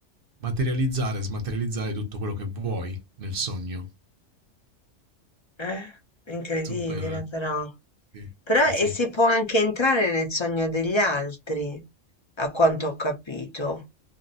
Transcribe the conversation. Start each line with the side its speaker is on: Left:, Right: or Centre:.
Right: materializzare e smaterializzare tutto quello che vuoi nel sogno.
Left: Eh? Incredibile,
Right: Super.
Left: però.
Right: eh,
Left: Però
Right: Sì,
Left: e
Right: sì, sì.
Left: si può anche entrare nel sogno degli altri, a quanto ho capito.